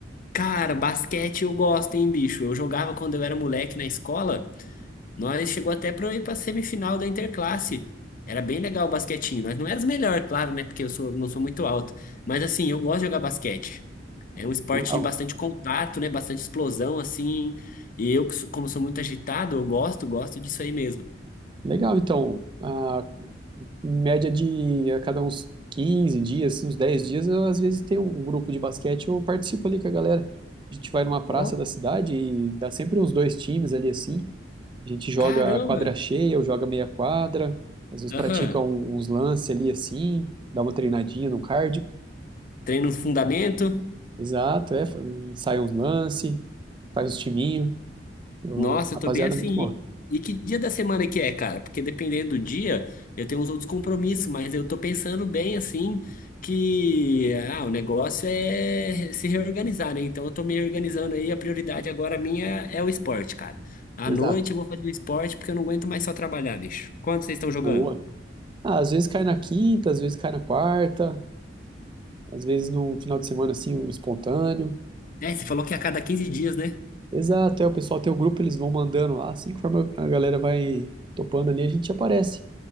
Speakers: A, on the left; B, on the right.
A: Cara, basquete eu gosto, hein, bicho? Eu jogava quando eu era moleque na escola. Nós chegou até para ir para semifinal da Interclasse. Era bem legal o basquetinho. Nós não éramos melhor, claro, né? Porque eu sou, não sou muito alto. Mas assim, eu gosto de jogar basquete. É um esporte
B: Legal.
A: de bastante contato, né? Bastante explosão, assim. E eu, que sou- como sou muito agitado, eu gosto, gosto disso aí mesmo.
B: Legal, então. Ah, Em média de a cada uns 15 dias, assim, uns 10 dias, eu às vezes tem um grupo de basquete, eu participo ali com a galera. A gente vai numa praça
A: Ó,
B: da cidade e dá sempre uns dois times ali assim. A gente joga
A: caramba!
B: quadra cheia, eu joga meia quadra, às vezes
A: Aham.
B: pratica um- uns lances ali assim, dá uma treinadinha no cardio.
A: Treino fundamento.
B: Exato, é, fa- ensaia uns lances, faz uns timinho. Eu-
A: Nossa,
B: rapaziada,
A: eu tô bem afim.
B: muito boa.
A: E que dia da semana que é, cara? Porque dependendo do dia, eu tenho uns outros compromissos, mas eu tô pensando bem assim que ah, o negócio é se reorganizar, né? Então eu tô me organizando aí, a prioridade agora minha é o esporte, cara. À
B: Exato,
A: noite eu vou fazer o esporte porque eu não aguento mais só trabalhar, bicho. Quando vocês estão jogando?
B: boa. Ah, às vezes cai na quinta, às vezes cai na quarta, às vezes num final de semana assim, um espontâneo.
A: É, você falou que é a cada 15 dias, né?
B: Exato, é, o pessoal tem o grupo, eles vão mandando lá, assim conforme a galera vai topando ali, a gente aparece.